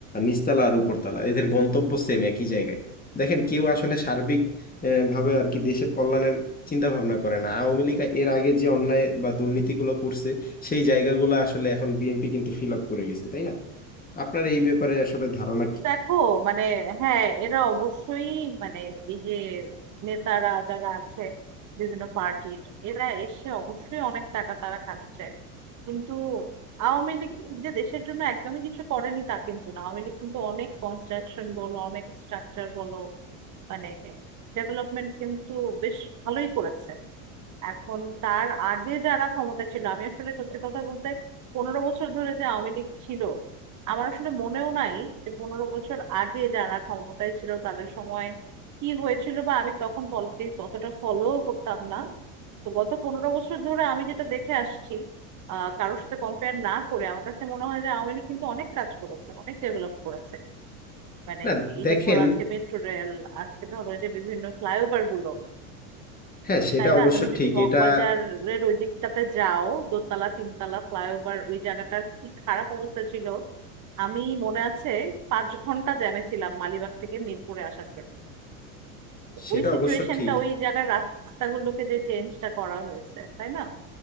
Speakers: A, on the left; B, on the right.
A: নিচতলা আর উপরতলা এদের গন্তব্য সেম একই জায়গায় দেখেন কেউ আসলে সার্বিক আহ, ভাবে আর কি দেশের কল্যাণের চিন্তা ভাবনা করে না আওয়ামী লীগ এর আগে যে অন্যায় বা দুর্নীতিগুলো করছে সেই জায়গাগুলো আসলে এখন বিএনপি কিন্তু ফিল আপ করে গেছে তাই না আপনার এই ব্যাপারে আসলে ধারণা কি
B: দেখো মানে হ্যাঁ এরা অবশ্যই মানে এই যে নেতারা যারা আছে বিভিন্ন পার্টির এরা এসে অবশ্যই অনেক টাকা তারা খাচ্ছে কিন্তু আওয়ামী লীগ যে দেশের জন্য একদমই কিছু করেনি তা কিন্তু না আওয়ামী লীগ কিন্তু অনেক কনস্ট্রাকশন বলো অনেক স্ট্রাকচার বলো মানে ডেভেলপমেন্ট কিন্তু বেশ ভালোই করেছে এখন তার আগে যারা ক্ষমতা ছিল আমি আসলে সত্যি কথা বলতে পনেরো বছর ধরে যে আওয়ামী লীগ ছিল আমার আসলে মনেও নাই যে পনেরো বছর আগে যারা ক্ষমতায় ছিল তাদের সময় কি হয়েছিল বা আমি তখন পলিটিক্স অতটা ফলো করতাম না তো গত পনেরো বছর ধরে আমি যেটা দেখে আসছি আহ কারোর সাথে কম্পেয়ার না করে আমার কাছে মনে হয় যে আওয়ামী লীগ কিন্তু অনেক কাজ করেছে অনেক ডেভেলপ করেছে মানে
A: না
B: এই
A: দেখেন
B: যে ধরো আজকে মেট্রো রেল আজকে ধরো এই যে বিভিন্ন ফ্লাইওভার গুলো
A: হ্যাঁ সেটা
B: তাই
A: অবশ্য
B: না তুমি যদি
A: ঠিক
B: মগবাজারের
A: এটা
B: ওই দিকটাতে যাও দোতলা তিনতলা ফ্লাইওভার ওই জায়গাটার কি খারাপ অবস্থা ছিল আমি মনে আছে পাঁচ ঘন্টা জ্যামে ছিলাম মালিবাগ থেকে মিরপুরে আসার জন্য তো
A: সেটা
B: ওই সিচুয়েশনটা
A: অবশ্য ঠিক
B: ওই জায়গার রাস্তাগুলোকে যে চেঞ্জটা করা হয়েছে তাই না